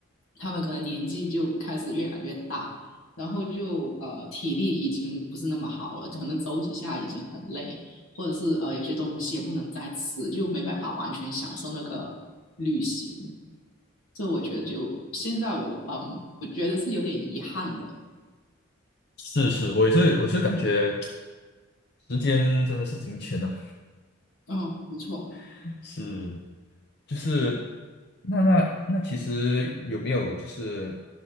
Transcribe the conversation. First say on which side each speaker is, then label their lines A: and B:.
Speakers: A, on the left; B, on the left.
A: 他们可能年纪就开始越来越大，然后就呃体力已经不是那么好了，可能走几下已经很累，或者是呃有些东西也不能再吃，就没办法完全享受那个旅行。这我觉得就现在我嗯，我觉得是有点遗憾的。
B: 是是，我也是，我是感觉。时间真的是金钱呐、
A: 哦，没错，
B: <laughs> 是，就是那那那其实有没有就是